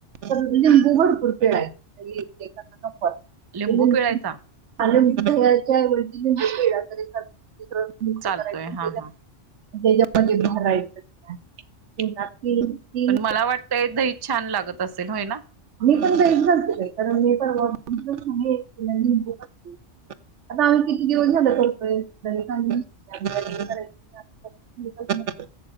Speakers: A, on the right (about 70°); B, on the right (about 25°).
A: पण लिंबू भरपूर पिळायचा. <unintelligible> <unintelligible>
B: लिंबू पिळायचा
A: <unintelligible> करायच
B: चालतोय
A: त्याच्यामध्ये
B: हा हा
A: <unintelligible> तीन
B: पण मला वाटतंय दही छान लागत असेल होयना?
A: मी पण दहीच करतोय बाई कारण मी पण <unintelligible> आणि एक लिंबू पाणी <inaudible> आता आम्ही किती दिवस झाल करतोय. <unintelligible>